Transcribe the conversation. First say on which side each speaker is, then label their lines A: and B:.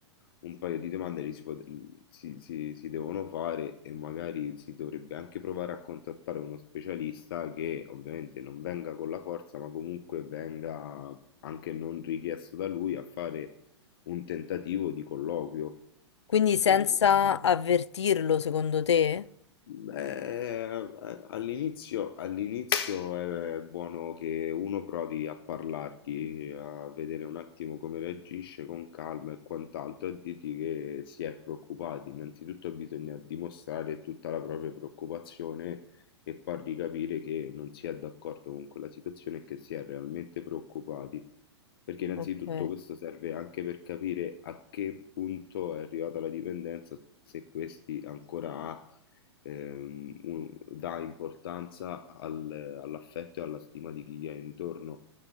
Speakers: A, on the left (about 55°); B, on the left (about 75°).
A: un paio di domande li si, pot- si- si- si devono fare e magari si dovrebbe anche provare a contattare uno specialista che ovviamente non venga con la forza, ma comunque venga anche non richiesto da lui a fare un tentativo di colloquio,
B: quindi senza
A: perlomeno.
B: avvertirlo, secondo te?
A: Beh, a- all'inizio all'inizio è buono che uno provi a parlargli, a vedere un attimo come reagisce con calma e quant'altro, e dirgli che si è preoccupati. Innanzitutto bisogna dimostrare tutta la propria preoccupazione e fargli capire che non si è d'accordo con quella situazione e che si è realmente preoccupati. Perché innanzitutto
B: Ok,
A: questo serve anche per capire a che punto è arrivata la dipendenza, se questi ancora ha ehm, un- dà importanza al- all'affetto e alla stima di chi gli è intorno,